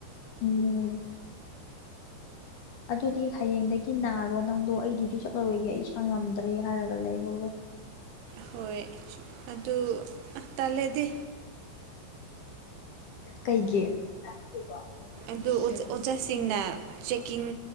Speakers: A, on the left; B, on the right.
A: ꯎꯝ ꯑꯗꯨꯗꯤ ꯍꯌꯦꯡꯗꯒꯤ ꯅꯥꯔꯣ ꯅꯪꯗꯣ ꯑꯩ ꯗ꯭ꯌꯨꯇꯤ ꯆꯠꯂꯔꯣꯏꯒꯦ ꯑꯩ ꯏꯁꯥ ꯉꯝꯗ꯭ꯔꯦ ꯍꯥꯏꯔꯒ ꯂꯩꯍꯔ
B: ꯍꯣꯏ ꯑꯗꯨ ꯇꯜꯂꯦꯗꯤ
A: ꯀꯩꯒꯤ <unintelligible>
B: ꯑꯗꯨ ꯑꯣꯖꯥꯁꯤꯡꯅ ꯆꯦꯛꯀꯤꯡ